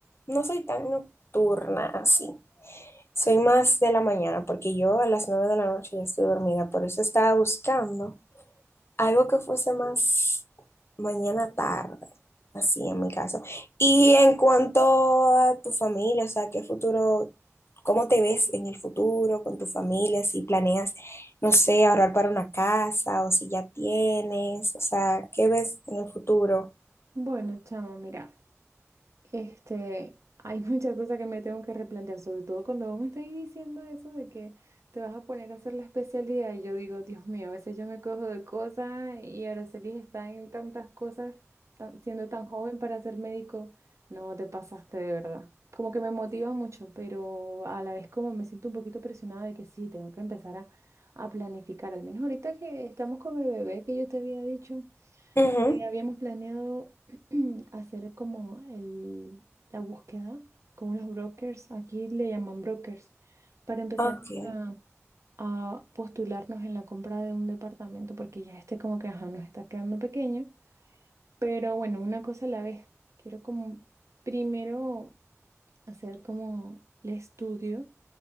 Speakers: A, on the left; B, on the right.
A: no soy tan nocturna así. Soy más de la mañana, porque yo a las nueve de la noche ya estoy dormida, por eso estaba buscando Algo que fuese más mañana tarde, así en mi caso. Y en cuanto a tu familia, o sea, ¿qué futuro, cómo te ves en el futuro con tu familia? Si planeas, no sé, ahorrar para una casa o si ya tienes, o sea, ¿qué ves en el futuro?
B: Bueno, chama, mira. Este, hay muchas cosas que me tengo que replantear, sobre todo cuando vos me estáis diciendo eso de que te vas a poner a hacer la especialidad. y Yo digo, Dios mío, a veces yo me cojo de cosas y Araceli está en tantas cosas, tan- siendo tan joven para ser médico. No, te pasaste de verdad. Como que me motiva mucho, pero a la vez como me siento un poquito presionada de que sí, tengo que empezar a, a planificar. Al menos ahorita que estamos con mi bebé, que yo te había dicho.
A: Ujú,
B: Eh, habíamos planeado <clears throat> hacer como el, la búsqueda con unos brokers, aquí le llaman brokers, para empezar
A: Ok.
B: a, a postularnos en la compra de un departamento, porque ya este como que ajá, nos está quedando pequeño. Pero bueno, una cosa a la vez. Quiero como primero hacer como el estudio,